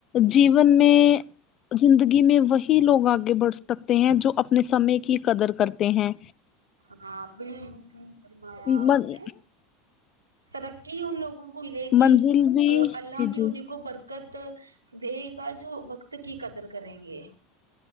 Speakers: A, on the left; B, on the right.
A: جیون میں زندگی میں وہی لوگ آگے بڑھ سکتے ہیں جو اپنے سمے کی قدر کرتے ہیں
B: ہاں بالکل صحیح فرمایا
A: من
B: آپ نے ترقی ان لوگوں کو ملے گی
A: منزل بھی
B: اللہ
A: جی
B: بھی
A: جی
B: انہیں کو بر قت دے گا جو وقت کی قدر کریں گے